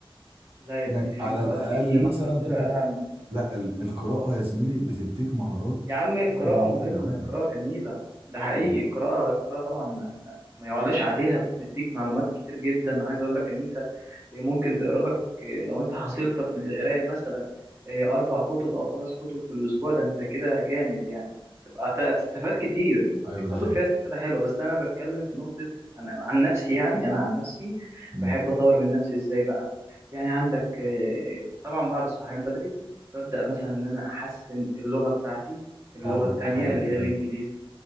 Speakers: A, on the right; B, on the right.
A: لا يا
B: انك
A: زميلي في
B: على
A: مهارات
B: الاقل
A: كتير
B: مثلا تكون
A: اهم
B: ب... لا ال... القراءة يا زميلي بتديك مهارات
A: يا عم القراءة
B: فوق المهارات
A: مهمة
B: اللي عندك
A: القراءة جميلة ده حقيقي
B: مم.
A: القراءة القراءة طبعا ما, ما ما يعلاش عليها بتديك معلومات كتير جدا عايز اقول لك ان انت إيه، ممكن تقرا لك إيه، لو انت حصيلتك من القرايه مثلا إيه، اربع كتب او خمس كتب في الاسبوع ده انت كده جامد يعني تبقى هتستفاد كتير
B: ايوه
A: الكتب
B: ده حقيقي
A: فيها استفاده حلوه بس انا بتكلم في نقطه انا عن نفسي يعني انا عن نفسي
B: مم.
A: بحب اطور من نفسي ازاي بقى يعني عندك آه، طبعا بعد الصحيان بدري ببدا مثلا ان انا احسن اللغه بتاعتي اللغه
B: اه
A: التانية
B: حلو
A: اللي هي
B: حلو
A: الانجليزي